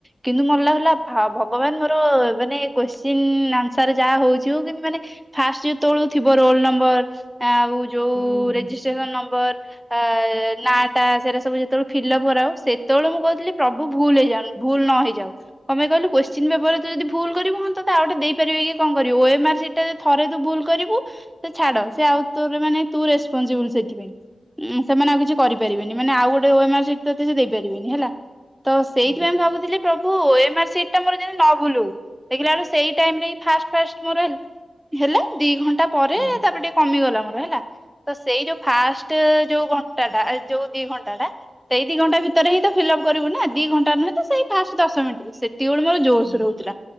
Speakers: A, in the centre; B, on the left (about 20°).
A: କିନ୍ତୁ ମତେ ଲାଗୁଥିଲା ହଁ ଭଗବାନ ମୋର ମାନେ କୋଶ୍ଚିନ୍ ଆନ୍ସର ଯାହା ହଉଚି ହଉ କିନ୍ତୁ ମାନେ ଫାଷ୍ଟ ଯେତେ ବେଳୁ ଥିବ ରୋଲ ନମ୍ବର ଆଉ ଯୋଉ
B: ହୁଁ ହୁଁ
A: ରେଜିଷ୍ଟ୍ରେସନ
B: ହୁଁ
A: ନମ୍ବର ଅ ନାଟା ସେଟା ସବୁ ଯେତେବେଳେ ଫିଲ୍ ଅପ କରାଉ ସେତେବେଳେ ମୁଁ କହୁଥିଲି ପ୍ରଭୁ ଭୁଲ ହେଇଯାଉ ଭୁଲ ନହେଇଯାଉ। କଣ ପାଇଁ କହିଲୁ କୋଶ୍ଚିନ୍ ପେପର ରୁ ଯଦି ଭୁଲ କରିବୁ ମୁଁ ତତେ ଆଉ ଗୋଟେ ଦେଇପାରିବେ କି କଣ କରିବି। ଓଏମ୍ଆର ସିଟ୍ ରେ ଯଦି ଥରେ ତୁ ଭୁଲ କରିବୁ ସେ ଛାଡ ସେ ଆଉ ତୋ ମାନେ ତୁ ରେସପନସିବୁଲ ସେଥିପାଇଁ। ଉଁ ସେମାନେ ଆଉ କିଛି କରିପାରିବେନି। ମାନେ ଆଉ ଗୋଟେ ଓଏମଆର୍ ସିଟ୍ ତତେ ସେ ଦେଇପାରିବେନି ହେଲା। ତ ସେଇଥିପାଇଁ
B: ହୁଁ
A: ଭାବୁଥିଲି <unintelligible> ଓଏମ୍ଆର୍ ସିଟ୍ ଟା ଯେମିତି ମୋ ନ ଭୁଲ୍ ହଉ। ଦେଖିଲା ବେଳୁ ସେଇ ଟାଇମ ରେ ଫାଷ୍ଟ ମୋର ହେଲା ଦି ଘଣ୍ଟା ପରେ
B: ହୁଁ
A: ତାପରେ ଟିକେ କମିଗଲା। ହେଲା। ତ ସେଇ ଯୋଉ ଫାଷ୍ଟ୍ ଯୋଉ ଘଣ୍ଟାଟା ଯୋଉ ଦି ଘଣ୍ଟାଟା ସେଇ ଦି ଘଣ୍ଟା ଭିତରେ ହିଁ ତ ଫିଲ୍ଅପ କରିବୁ ନା ଦି ଘଣ୍ଟା ନୁହେଁ ତ ସେଇ ଫାଷ୍ଟ ଦଶ ମିନିଟ। ସେତିକିବେଳେ ମୋର ଜୋର
B: ହୁଁ।
A: ସୋରେ ହଉଥିଲା।